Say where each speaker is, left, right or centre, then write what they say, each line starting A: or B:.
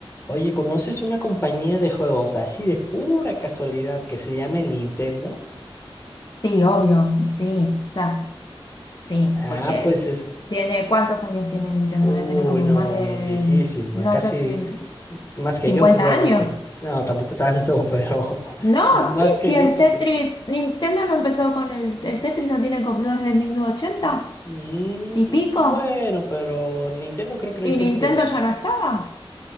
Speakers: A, on the left (about 25°); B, on the left (about 50°).
A: Oye, ¿conoces una compañía de juegos así de pura casualidad que se llame Nintendo?
B: Sí, obvio, sí, o sea, sí,
A: Ah,
B: porque
A: pues
B: es,
A: es,
B: tiene, ¿cuántos años tiene Nintendo?
A: uy,
B: Debe tener como
A: no,
B: más de,
A: viejísima,
B: no
A: casi
B: sé si,
A: más
B: 50
A: que yo seguramente.
B: años.
A: No, tampoco tanto, <laughs> pero
B: No,
A: más
B: sí,
A: que
B: sí,
A: yo
B: el
A: sí
B: Tetris,
A: tiene.
B: Nintendo no empezó con el, el Tetris no tiene como, no es de 1980
A: Mm,
B: y pico,
A: bueno, pero Nintendo creo que
B: y
A: no hizo
B: Nintendo
A: el Tetris.
B: ya no estaba.